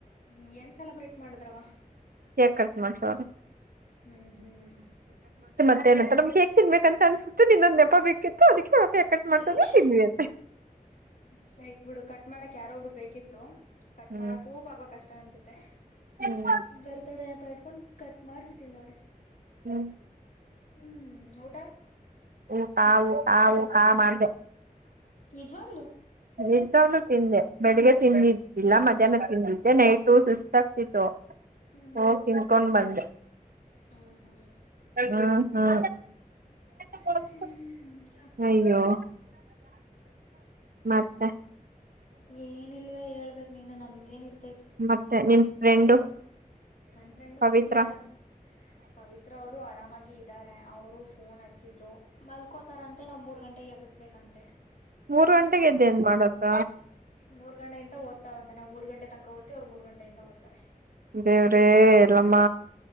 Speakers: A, on the left; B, on the right.
A: ಹ ಏನ್ ಸೆಲೆಬ್ರೇಟ್ ಮಾಡಿದ್ರವ
B: ಕೇಕ್ ಕಟ್ ಮಾಡ್ಸವ್ರೆ
A: ಹ್ಮ್ ಹ್ಮ್
B: ಮನಂತ ನಮ್ಗೆ ಕೇಕ್ ತಿನ್ಬೇಕ ಅಂತ ಅನ್ಸುತ್ತು ನಿನ್ನದೊಂದು ನೆಪ ಬೇಕಿತ್ತು ಅದಕ್ಕೆ ಕೇಕ್ ಕಟ್ ಮಾಡ್ಸೋದೆ
A: ಹ್ಮ್
B: ತಿಂದ್ವಿ ಅಂತೆ
A: ಸೈಕ್ ಬಿಡು ಕಟ್ ಮಾಡಕ್ ಯಾರೊಬ್ರು ಬೇಕಿತ್ತು ಕಟ್
B: ಹ್ಮ್
A: ಮಾಡಕೂ ಪಾಪಾ ಕಷ್ಟ ಅನ್ಸುತ್ತೆ
B: ಹ್ಮ್
A: ಬರ್ತಾಡಪ ನೆಪ ಇಟ್ಟುಕೊಂಡು ಕಕೊಂಡ್ ಕಟ್ ಮಾಡ್ಸಿ ತಿಂದವರೇ
B: ಹ್ಮ್
A: ಹ್ಮ್ ಊಟ
B: ಊಟ ಊಟ ಊಟ ಮಾಡ್ದ
A: ನಿಜವಾಗ್ಲು
B: ನಿಜವಾಗ್ಲೂ ತಿಂದೆ ಬೆಳಿಗ್ಗೆ ತಿಂದಿದ್ದಿಲ್ಲ ಮಧ್ಯಾಹ್ನ ತಿಂದಿದ್ದೆ ನೈಟು ಸುಸ್ತ್ ಆಗ್ತಿತು
A: ಹ್ಮ್
B: ಹೋಗಿ ತಿನ್ಕೊಂಡ್ ಬಂದೆ
A: ಹ್ಮ್ ಹ್ಮ್
B: ಹ್ಮ ಹ್ಮ್
A: ಹ್ಮ್್ಮ
B: ಹ್ಮ್ ಅಯ್ಯೋ ಮತ್ತೆ
A: ಏನಿಲ್ವ ಹೇಳ್ಬೇಕ್ ನೀನ್ ನಮ್ದ ಏನಿರುತ್ತೆ
B: ಮತ್ತೆ ನಿನ್ ಫ್ರೆಂಡು
A: ನನ್ ಫ್ರೆಂಡು
B: ಪವಿತ್ರ
A: ಯಾರು ಪವಿತ್ರ ಅವರು ಆರಾಮಾಗಿ ಇದಾರೆ ಅವರು ಫೋನ್ ಹಚ್ಚಿದ್ರು ಮಲ್ಕೋತಾರಂತೆ ನಾವ್ ಮೂರ್ ಗಂಟೆಗೆ ಎಬ್ಬಿಸಬೇಕಂತೆ
B: ಮೂರ್ ಗಂಟೆಗೆದ್ದ ನ್ ಮಾಡತ್ತ
A: ಮೂರ್ ಗಂಟ ಇಂದ ಓದ್ತಾರ ಅಂತ ನಾವು ಮೂರ್ ಗಂಟೆ ತನಕ ಹೋದ ಅವ್ರು ಮೂರ್ ಗಂಟೆಯಿಂದಓದ್ತಾರೆ
B: ದೇವ್ರೇ ಎಲ್ಲಮ್ಮ